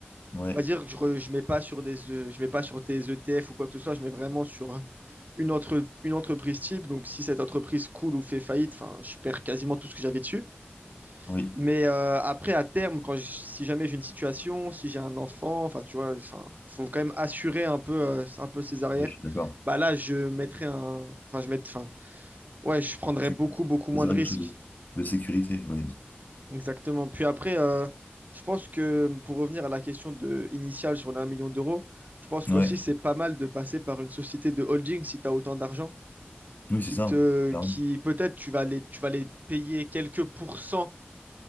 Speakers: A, on the left; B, on the right.
A: Ouais,
B: on va dire que je ne mets pas sur des euh, je mets pas sur tes ETF ou quoi que ce soit, je mets vraiment sur une, entre, une entreprise type. Donc si cette entreprise coule ou fait faillite, enfin, je perds quasiment tout ce que j'avais dessus.
A: oui,
B: Mais euh, après, à terme, quand je- si jamais j'ai une situation, si j'ai un enfant, enfin, tu vois, enfin, faut quand même assurer un peu, euh, un peu ses arrières.
A: je suis d'accord.
B: Bah là, je mettrais un, enfin, je mets, enfin, ouais, je prendrais
A: Tu
B: beaucoup, beaucoup moins
A: choisirais
B: de risques.
A: quelque chose de de sécurité, oui.
B: Exactement. Puis après, euh, je pense que pour revenir à la question de, initiale sur les un million d'euros, je pense qu'aussi
A: Ouais,
B: c'est pas mal de passer par une société de holding si tu as autant d'argent,
A: oui,
B: qui
A: c'est ça,
B: te,
A: hein, clairement.
B: qui peut-être tu vas les, tu vas les payer quelques pourcents